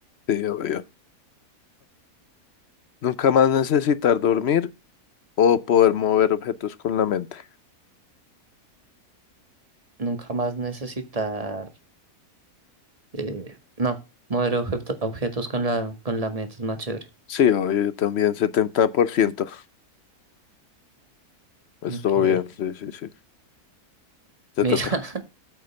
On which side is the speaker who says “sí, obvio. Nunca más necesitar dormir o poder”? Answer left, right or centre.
Left